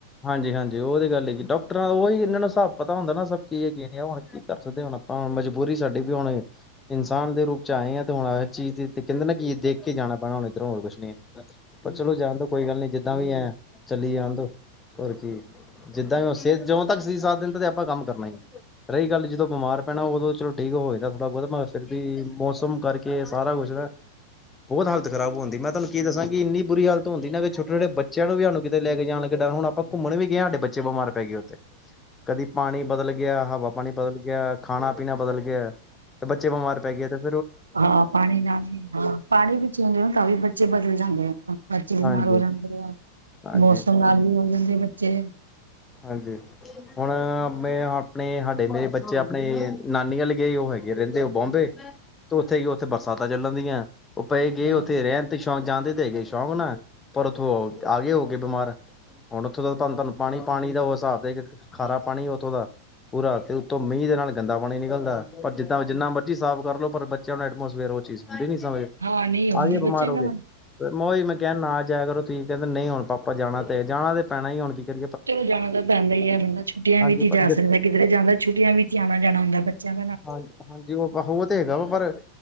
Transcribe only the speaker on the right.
ਹਾਂ ਪਾਣੀ ਨਾਲ ਹਾਂ ਪਾਣੀ ਵੀ ਚੇਂਦੇ ਤਾਂ ਵੀ ਬੱਚੇ ਬਦਲ ਜਾਂਦੇ ਆ ਬੱਚੇ ਬਿਮਾਰ
ਹੋ ਜਾਂਦੇ ਸਨ ਦੇ ਆ
ਮੌਸਮ ਨਾਲ ਵੀ ਹੋ ਜਾਂਦੇ ਬੱਚੇ ਬਿਮਾਰ।
ਹਾਂ,
ਹਾਂ ਨਹੀਂ ਹੁੰਦੀ
ਬੱਚਿਆਂ
ਦਾ
ਚਲੋ ਜਾਣਾ ਤਾਂ ਪੈਂਦਾ ਹੀ ਹੈ ਬੰਦਾ ਛੁੱਟੀਆਂ
ਵੀ ਹੀ ਜਾ ਸਕਦਾ ਕਿੱਧਰੇ ਜਾਂਦਾ ਛੁਟੀਆਂ ਵੀ ਹੀ ਆਣਾ ਜਾਣਾ ਹੁੰਦਾ ਬੱਚਿਆਂ ਨੂੰ ਮਜਾ ਆਉਣ ਹਨ ।